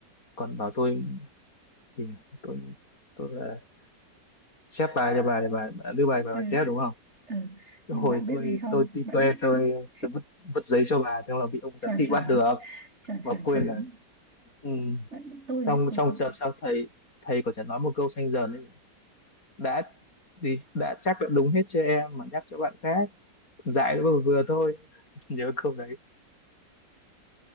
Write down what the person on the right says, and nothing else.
ừ,
ừ.
nhưng
bạn biết
gì không
bạn
biết
<laughs>
chuẩn
chuẩn
chuẩn
chuẩn
chuẩn
bạn tôi
ấy, tôi
cũng